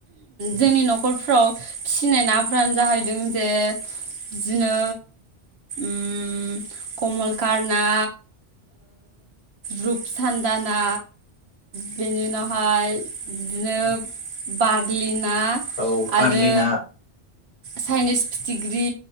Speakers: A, on the right; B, on the left.
A: जोंनि न'खरफ्राव फिसिनाय नाफ्रानो जाहैदों जे बिदिनो उम कमलकर ना रुपसान्दा ना बेनि उनावहाय बिदिनो बार्लि ना ना
B: औ बारलि
A: आरो
B: ना
A: साइनिस फिथिख्रि